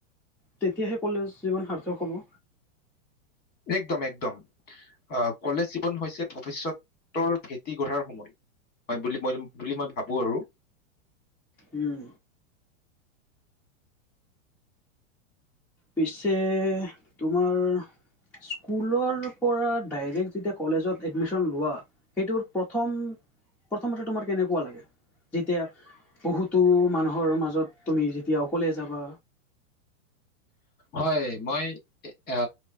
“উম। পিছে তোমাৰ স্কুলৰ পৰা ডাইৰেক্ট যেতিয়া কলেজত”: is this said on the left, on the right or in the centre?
Centre